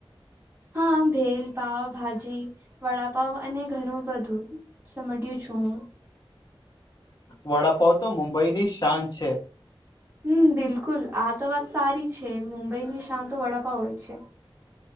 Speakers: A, on the right; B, on the left.
A: હા ભેલ પાવ ભાજી વડાપાવ અને ઘણું બધું સંભળ્યું છું હું
B: વડાપાવ તો મુંબઈ ની શાન છે
A: હમ બિલકુલ આ તો વાત સારી છે મુંબઈ ની શાંત વડાપાંવ જ છે